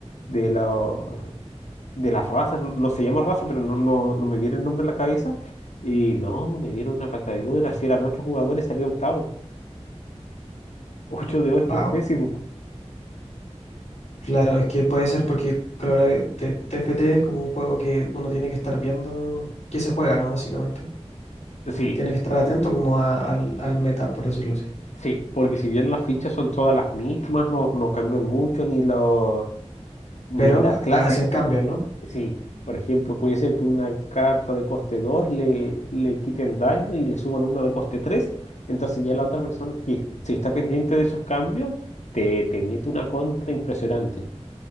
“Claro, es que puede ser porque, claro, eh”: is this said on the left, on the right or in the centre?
Left